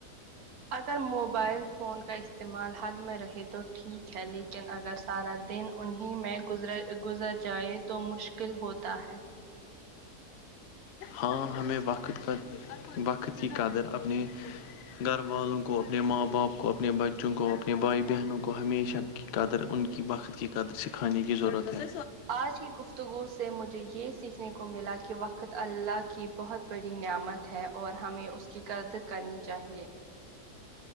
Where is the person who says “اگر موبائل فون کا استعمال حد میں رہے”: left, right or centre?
Right